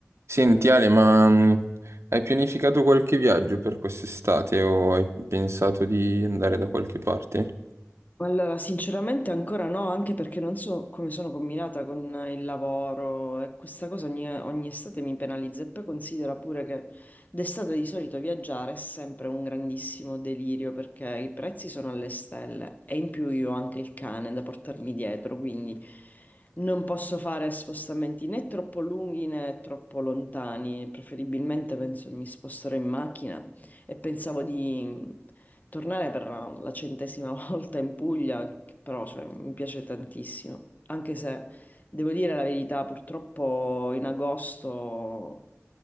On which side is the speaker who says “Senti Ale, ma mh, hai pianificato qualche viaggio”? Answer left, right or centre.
Right